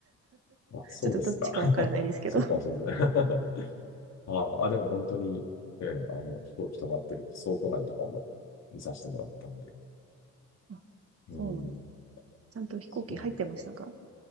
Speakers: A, on the left (about 60°); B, on the right (about 50°).
A: あ、そうですか。
B: ちょっとどっちかわからないですけど。
A: <laughs> そうかもしれないで <laughs> あ、あ、でも本当に、ええ、あの、飛行機止まってる倉庫内とかも見させてもらったんで。
B: あ、そうなんです。
A: うん。
B: ちゃんと飛行機入ってましたか
A: そうです。